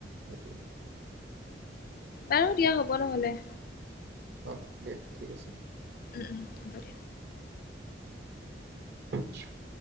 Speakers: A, on the right (about 65°); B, on the left (about 55°).
A: সেইটোৱে
B: বাৰু দিয়া হ'ব নহলে
A: অ দিয়া ঠিক আছে।
B: উম উম
A: আা <inaudible>